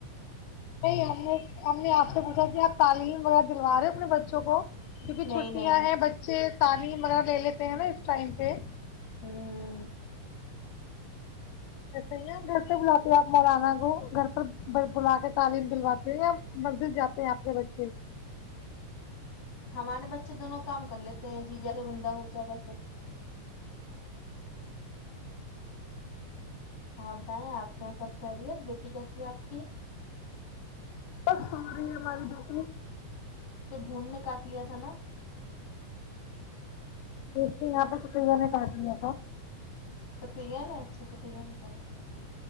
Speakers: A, on the left (about 85°); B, on the left (about 65°).
A: نہیں ہم نے ہم نے آپ سے پوچھا کہ آپ تعلیم وغیرہ دلوا رہے اپنے بچوں کو کیونکہ
B: نہیں
A: چھٹیاں
B: نہیں
A: ہیں بچے سارے غیرہ لے لیتے ہیں نا اس ٹائم پہ
B: ہوں
A: ایسے ہی گھر پہ بلاتے ہیں آپ مولانا کو گھر پر بلا کے تعلیم دلواتے یا مزدور جاتے ہیں آپ کے بچے
B: ہمارے بچے دونوں کام کر لیتے ہیں جی جیسے بندہ ہو چاہے ویسے آاں بتائیں آپ کے یہاں سب کہہرییت بیٹی کیسی ہے آپ کی
A: ااں میر بات دک
B: مون نے کاٹلی تھا نا
A: دیکھتے یہاں پہ سپیا نے کاٹ لیا تھا
B: تتیا نے اچھا توتیا نے کٹ ل تھا